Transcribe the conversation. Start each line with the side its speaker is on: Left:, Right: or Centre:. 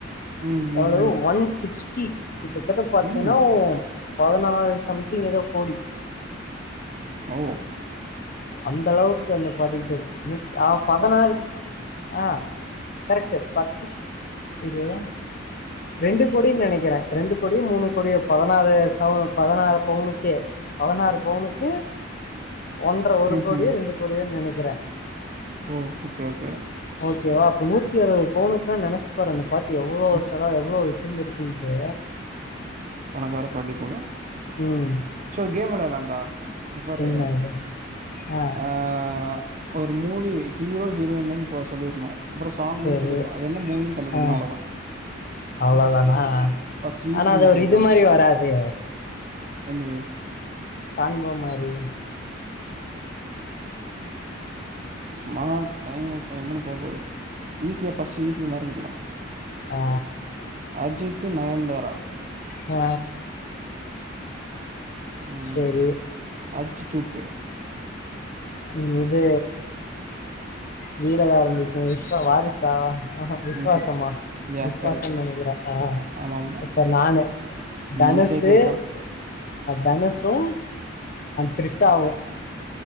Right: ம் ம்
Left: எவ்வளவு ஒன் சிக்ஸ் கி கிட்டத்தட்ட பாத்தீன்னா
Right: ம் ம்
Left: பதினாறு சம்திங் ஏதோ கோடி
Right: ஓ
Left: அந்த அளவுக்கு அந்த பாட்டிக்கிட்ட இருக்கு பதினாறு ஆஹ் கரெக்ட் பத்து இரு ரெண்டு கோடி நினைக்கிறேன் ரெண்டு கோடி மூணு கோடியோ பதினாறு சவரன் பதினாறு பவுனுக்கு பதினாறு பவுனுக்கு ஒன்ரை ஒரு
Right: ம்ஹும்
Left: கோடியோ ரெண்டு கோடியோ நினைக்க கிற
Right: ஓ ஓகே ஓகே
Left: ஓகேவா அப்ப நூத்தி அறுவது பவுனுக்குன்னா நினைசுப்பாரு அந்த பாட்டி எவ்ளோ
Right: ம்
Left: செலவு எவ்ளோ வச்சு இருந்திருக்குன்ட்டு
Right: உனக்கு வேற பார்டி போல
Left: ம்
Right: செரி கேம் வெளையாடாலாண்டா இப்ப பாரு
Left: என்ன இது ஆ
Right: ஆஹ் ஒரு மூவி ஹீரோ ஹீரோயின் நேம் போ சொல்லிரனு அப்புறொ சாங்
Left: சேரி
Right: நேம் சொல்லிரனும் அது என்ன மூவின்னு கண்டுபிடிக்கனு
Left: ஆ
Right: அவ்ளதா
Left: அவ்ளோதானா
Right: ஃபர்ஸ்ட் ஈஸி
Left: ஆனா
Right: லருந்து
Left: அது
Right: ஆரம்பிக்
Left: ஒரு இது மாரி வராதே
Right: என்னது
Left: கான்போ மாரி
Right: சும்மா டைம் ஒரு டைம் தான போக போது ஈஸியா ஃபர்ஸ்ட் ஈஸிலிருந்து ஆரம்பிக்கலா
Left: ஆ
Right: அஜித் த்து நயந்தாரா
Left: ஆ
Right: ம்
Left: சேரி
Right: அடிச்சு தூக்கு
Left: உம் இது வீலதா ஆரம்பிக்கு விஸ்வ வாரிசா ஆஹ விசுவாசமா
Right: ம்ஹும் யா
Left: விசுவாசன்னு
Right: கரெக்ட்
Left: நெனைக்கிறே ஆ
Right: ஆமாமா
Left: இப்போ நானு
Right: நீ
Left: தனுசு
Right: ஈஸியா கேள்றா.
Left: தனுசு த்ரிசாவு